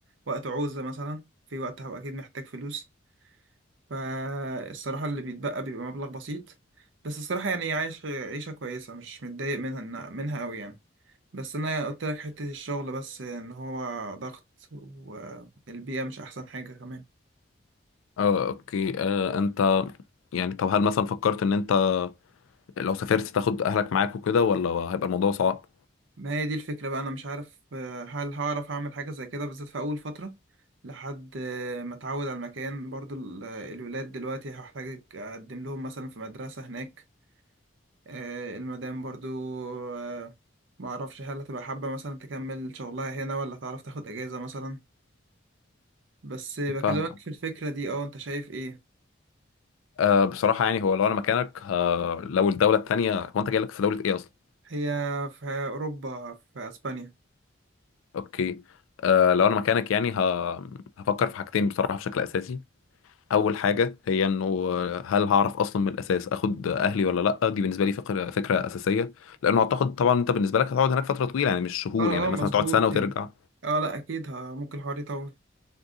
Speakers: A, on the right; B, on the left.
A: وقت عوزة مثلا في وقت هبقى أكيد محتاج فلوس فالصراحة اللي بيتبقى بيبقى مبلغ بسيط بس الصراحة يعني عايش عيشة كويسة مش متضايق منها منها قوي يعني بس انا قلت لك حتة الشغل بس ان هو ضغط والبيئة مش احسن حاجة كمان
B: اه اوكي آه انت يعني طب هل مثلا فكرت ان انت لو سافرت تاخد اهلك معاك وكده ولا هيبقى الموضوع صعب؟
A: ما هي دي الفكرة بقى انا مش عارف آه، هل هعرف اعمل حاجة زي كده بالذات في اول فترة لحد آه، ما اتعود على المكان برضو ال- آه، الولاد دلوقتي هحتاج اقدم لهم مثلا في مدرسة هناك آه، المدام برضو آه، ما اعرفش هل هتبقى حابة مثلا تكمل شغلها هنا ولا هتعرف تاخد اجازة مثلا بس بكلمك
B: فاهم
A: في الفكرة دي اه انت شايف ايه
B: أه بصراحة يعني هو لو أنا مكانك ه... لو الدولة التانية هو أنت جاي لك في دولة إيه أصلا؟
A: هي في اوروبا في اسبانيا
B: أوكي أه لو أنا مكانك يعني ه... هفكر في حاجتين بصراحة بشكل أساسي أول حاجة هي إنه آه، هل هعرف أصلا من الأساس أخد أهلي ولا لأ دي بالنسبة لي فكرة فكرة أساسية لأنه أعتقد طبعا أنت بالنسبة لك هتقعد هناك فترة طويلة يعني مش شهور
A: اه
B: يعني
A: اه
B: مثلا
A: مظبوط
B: تقعد سنة وترجع
A: يعني اه لا اكيد ها ممكن الحوار يطول